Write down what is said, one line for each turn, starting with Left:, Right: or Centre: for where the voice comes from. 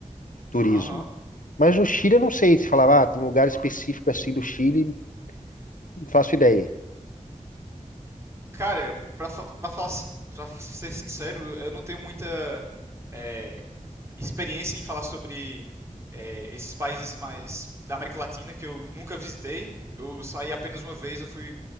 Left: turismo.
Right: Aham.
Left: Mas no Chile eu não sei se falava, ah, tem um lugar específico assim do Chile Não faço ideia.
Right: Cara, pra, fa- pra, fa- pra ser sincero, eu não tenho muita eh, experiência em falar sobre eh, esses países mais da América Latina que eu nunca visitei. Eu saí apenas uma vez, eu fui,